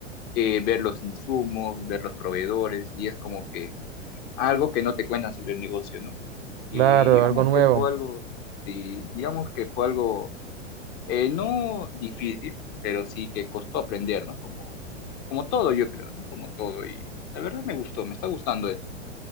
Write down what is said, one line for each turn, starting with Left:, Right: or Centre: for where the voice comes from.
Left: eh, ver los insumos, ver los proveedores, y es como que algo que no te cuentan sobre el negocio, ¿no? Y
Right: Claro,
Left: digamos
Right: algo nuevo.
Left: que fue algo, sí, digamos que fue algo eh, no difícil, pero sí que costó aprender, ¿no? Como, como todo, yo creo, ¿no? Como todo, y la verdad me gustó, me está gustando esto.